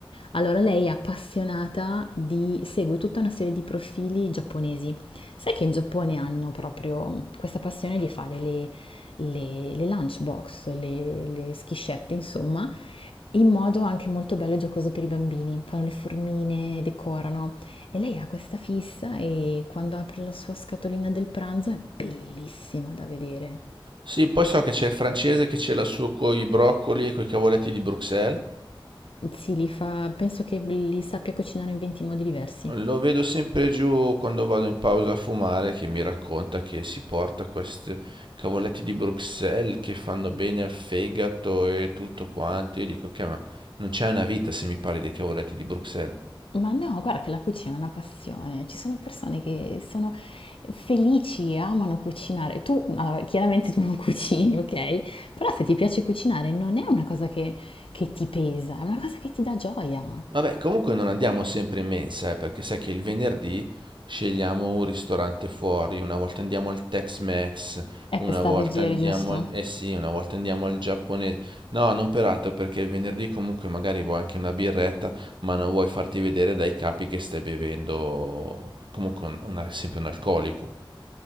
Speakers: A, on the left; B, on the right.
A: Allora lei è appassionata di segue tutta una serie di profili giapponesi. Sai che in Giappone hanno proprio questa passione di fare le, le- le lunchbox, le, le schiscette, insomma, in modo anche molto bello e giocoso per i bambini. Fanno le formine, decorano e lei ha questa fissa e quando apre la sua scatolina del pranzo è bellissima da vedere.
B: Sì, poi so che c'è il francese che ce l'ha su coi broccoli e coi cavoletti di Bruxelles.
A: Sì, li fa, penso che li sappia cucinare in 20 modi diversi.
B: Lo vedo sempre giù quando vado in pausa a fumare che mi racconta che si porta questi cavoletti di Bruxelles che fanno bene al fegato e tutto quanto. Io dico che ma non c'è una vita se mi parli dei cavoletti di Bruxelles.
A: Ma no, guarda che la cucina è una passione. Ci sono persone che sono felici, amano cucinare. Tu, allora, chiaramente tu non <laughs> cucini, ok? Però se ti piace cucinare non è una cosa che, che ti pesa, è una cosa che ti dà gioia.
B: Vabbè, comunque non andiamo sempre in mensa, eh, perché sai che il venerdì scegliamo un ristorante fuori, una volta andiamo al Tex-Mex,
A: È
B: una
A: per star
B: volta
A: leggeri,
B: andiamo,
A: giusto?
B: al- eh sì, una volta andiamo al giapponese. No, non peraltro, perché il venerdì comunque magari vuoi anche una birretta, ma non vuoi farti vedere dai capi che stai bevendo comunque un- una- sempre un alcolico.